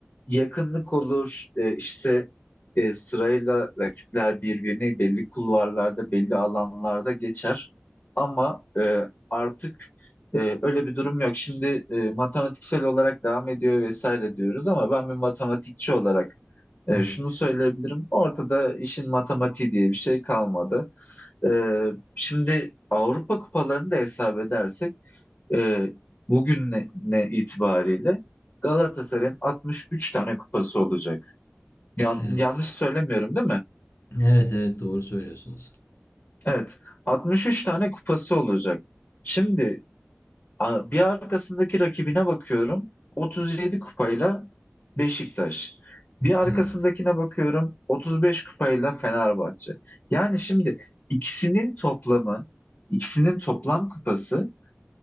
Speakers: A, on the left (about 35°); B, on the left (about 65°).
A: yakınlık olur. E, işte e, sırayla rakipler birbirini belli kulvarlarda, belli alanlarda geçer. Ama e, artık ee, öyle bir durum yok. Şimdi e, matematiksel olarak devam ediyor vesaire diyoruz ama ben bir matematikçi olarak E,
B: evet,
A: şunu söyleyebilirim. Ortada işin matematiği diye bir şey kalmadı. E, şimdi Avrupa kupalarını da hesap edersek e, bugün ne, ne itibariyle Galatasaray'ın 63 tane kupası olacak. Yan-
B: evet.
A: yanlış söylemiyorum değil mi?
B: Evet, evet doğru söylüyorsunuz.
A: Evet. 63 tane kupası olacak. Şimdi A- Bir arkasındaki rakibine bakıyorum. 37 kupayla Beşiktaş. Bir arkasındakine
B: Evet.
A: bakıyorum. 35 kupayla Fenerbahçe. Yani şimdi ikisinin toplamı, ikisinin toplam kupası